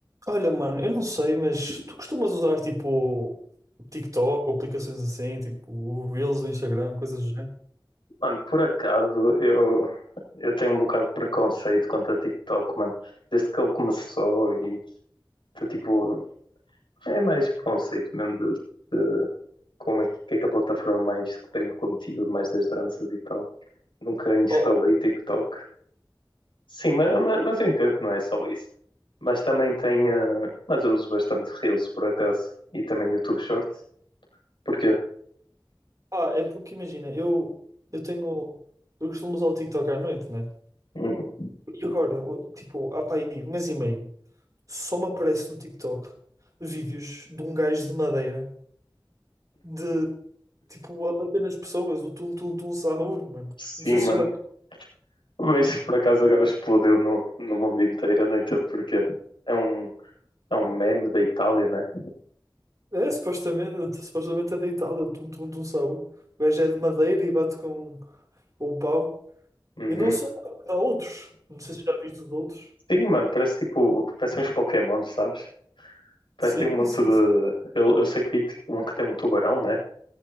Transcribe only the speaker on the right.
Olha, mano, eu não sei, mas tu costumas usar tipo TikTok ou aplicações assim, tipo o Reels do Instagram, coisas do género?
Oh,
pá, é porque imagina, eu, eu tenho. Eu costumo usar o TikTok à noite, né?
E agora, o- tipo, há pá aí um mês e meio, só me aparece no TikTok vídeos de um gajo de madeira, de tipo, a bater nas pessoas, o tum-tum-tum sahur, mano.
Não sei se
já.
É, supostamente, supostamente é deitado, é o tum-tum-tum sahur. O gajo é de madeira e bate com, com o pau.
E não só, há outros. Não sei se já viste os outros.
Sim,
sim,
sim.